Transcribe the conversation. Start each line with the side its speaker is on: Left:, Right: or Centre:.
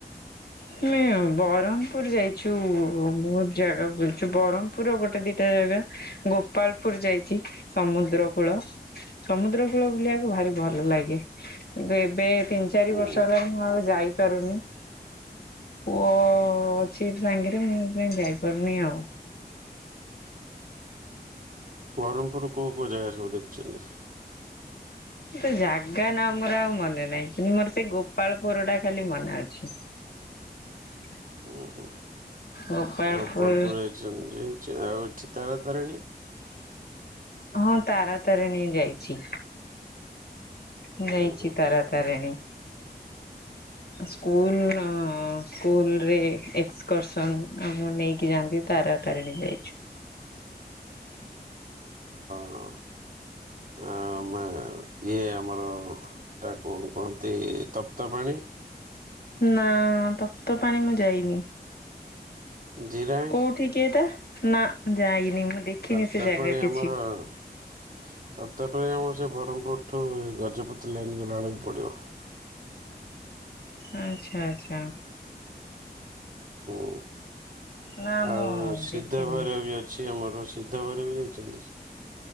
Left: ହଁ ବ୍ରହ୍ମପୁର ଯାଇଛୁ ବହୁତ ଜାଗା ବୁଲଛୁ ବ୍ରହ୍ମପୁର ଗୋଟେ ଦିଟା ଜାଗା ଗୋପାଳପୁର ଯାଇଛି ସମୁଦ୍ର କୂଳ ସମୁଦ୍ର କୂଳ ବୁଲିବାକୁ ଭାରି ଭଲ ଲାଗେ କିନ୍ତୁ ଏବେ ତିନି ଚାରି
Right: ହୁଁ
Left: ବର୍ଷ ହେଲାଣି ମୁଁ ଆଉ ଯାଇପାରୁନି। ପୁଅ ଅଛିି ସାଙ୍ଗରେ ମୁଁ କାଇଁ ଯାଇପାରୁନି ଆଉ।
Right: ବହରମପୁର କୋଉ କୋଉ ଜାଗା ସବୁ ଦେଖିଛନ୍ତି।
Left: ତ ଜାଗା ନା ମୋର ଆଉ ମନେ ନାହିଁ କିନ୍ତୁ ମୋର ସେଇ ଗୋପାଳପୁର ଟା ଖାଲି ମନେ ଅଛି। <inaudible>
Right: ଓ ହଁ
Left: ଗୋପାଳପୁର
Right: ଆଉ କୁଆଡେ କୁଆଡେ ଯାଇଛନ୍ତି? ଆଉ ଏଠି ତାରା ତାରଣୀ?
Left: ହଁ ତାରା ତାରିଣି ଯାଇଚି। ମୁଁ ଯାଇଚି
Right: ଉଁ ହୁଁ
Left: ତାରା ତାରିଣୀ। ସ୍କୁଲର ସ୍କୁଲରେ ଏକ୍ସକର୍ସନ ଆମକୁ ନେଇକି ଯାଆନ୍ତି। ତାରା ତାରାଣୀ ଯାଇଚୁ।
Right: ହଁ। ଆ ମା ଇଏ ଆମର ଏଟା କଣ କୁହନ୍ତି ତପ୍ତ ପାଣି।
Left: ନାଁ ତପ୍ତ ପାଣି ମୁଁ ଯାଇନି।
Right: ଜିରାଙ୍ଗ
Left: କୋଉଠିକି ଏଟା ନାଁ ଯାଇନି। ମୁଁ ଦେଖିନି
Right: ତପ୍ତ
Left: ସେ ଜାଗା
Right: ପାଣି
Left: କିଛି
Right: ଆମର ତପ୍ତପାଣି ଆମର ସେ ବ୍ରହ୍ମପୁର ଏଠୁ ଏ ଗଜପତି ଲାଇନ ଗଲା ବେଳକୁ ପଡିବ।
Left: ଆଚ୍ଛା ଆଚ୍ଛା।
Right: ହୁଁ
Left: ନା
Right: ଆଉ
Left: ମୁଁ
Right: ସିଦ୍ଧ
Left: ଦେଖିନି।
Right: ଭୈରବି ଅଛି। ଏଇ ଆମର ସିଦ୍ଧ ଭୈରବୀ ବି ଯାଇଚନ୍ତି?